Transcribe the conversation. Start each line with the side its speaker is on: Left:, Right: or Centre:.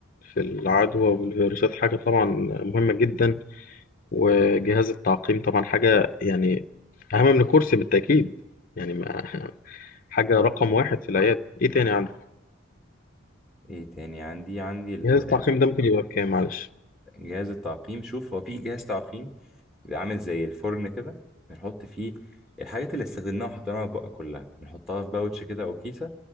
Left: في العدوى والفيروسات حاجة طبعا مهمة جدا وجهاز التعقيم طبعا حاجة يعني أهم من الكرسي بالتأكيد يعني ما <laughs> حاجة رقم واحد في العيادة إيه تاني عندك؟
Centre: ايه تاني عندي عندي
Left: جهاز
Centre: ال-
Left: التعقيم ده ممكن يبقى بكام معلش؟
Centre: جهاز التعقيم شوف هو في جهاز تعقيم بيبقى عامل زي الفرن كده بنحط فيه الحاجات اللي استخدمناها وحطيناها في بقى كلها بنحطها في باوتش كده او كيسه